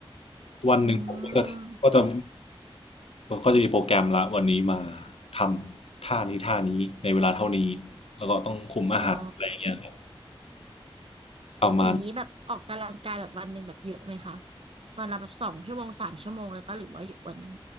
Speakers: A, on the left; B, on the right.
A: วันหนึ่งผมก็จะก็จะ
B: อืม
A: ก็จะมีโปรแกรมละวันนี้มาทำท่านี้ท่านี้ในเวลาเท่านี้แล้วก็ต้องคุมอาหารอะไรเงี้ยครับ
B: อ๋อ
A: ประมาณ
B: อย่างนี้แบบออกกำลังกายแบบวันหนึ่งแบบเยอะไหมคะวันละแบบสองชั่วโมงสามชั่วโมงเลยปะหรือว่าเยอะกว่านั้น